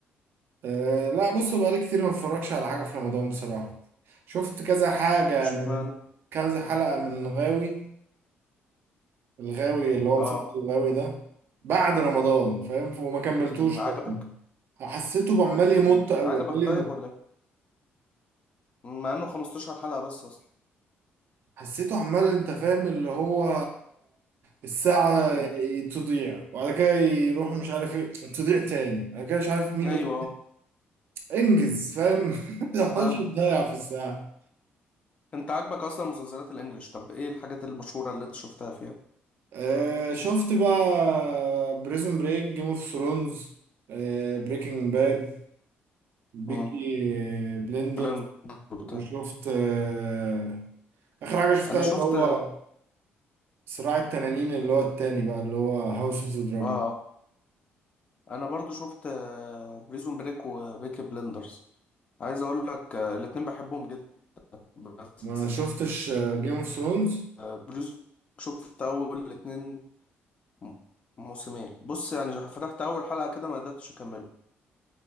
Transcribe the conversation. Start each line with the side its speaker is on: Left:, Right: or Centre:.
Right: آه لا بص بقالي كتير ما اتفرجش على حاجه في رمضان بصراحه شفت كذا حاجه
Left: اشمعنى
Right: من كذا حلقه من الغاوي الغاوي اللي هو
Left: اه
Right: مسلسل الغاوي ده بعد رمضان فاهم وما كملتوش
Left: أمم، عجبك
Right: كمان حسيته عمال يمط
Left: أمم،
Right: قوي
Left: عجبك
Right: عمال
Left: طيب
Right: يمط
Left: ولا ايه أمم، مع انه 15 حلقه بس اصلا
Right: حسيته عمال انت فاهم اللي هو الساعة
Left: أمم،
Right: تضيع وبعد كده يروح مش عارف ايه تضيع تاني بعد كده مش عارف مين
Left: ايوه
Right: و...
Left: آه،
Right: انجز فاهم <laughs> ما تقعدش
Left: فاهمك
Right: تضيع في الساعة
Left: انت عاجبك اصلا مسلسلات الانجليش طب ايه الحاجات المشهوره اللي انت شفتها فيها
Right: آه شفت بقى بريزون بريك جيم اوف ثرونز آه بريكنج باد بيكي
Left: أمم،
Right: بلندر
Left: بلاند وبتاع
Right: وشفت آه اخر حاجة شفتها
Left: انا شفت
Right: اللي هو
Left: اه
Right: صراع التنانين اللي هو التاني بقى اللي هو هاوس اوف ذا دراجون
Left: آه. انا برضو شفت بريزون بريك وبيكي بلندرز عايز اقول لك آه، الاتنين بحبهم جدا بس
Right: ما شفتش جيم اوف ثرونز
Left: آه، بلوز شفت اول الاتنين م- موسمين بص يعني فتحت اول حلقة كده ما قدرتش اكمله